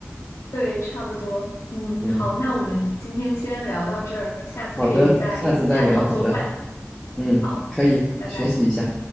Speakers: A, on the left; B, in the centre.
A: 对，差不多。
B: <laughs>
A: 嗯，
B: 嗯，
A: 好，那我们今天先聊到这儿，下次可以再一起探讨做饭。
B: 好的，下次再聊。好的，嗯，
A: 好，
B: 可以学习一下。
A: 拜拜。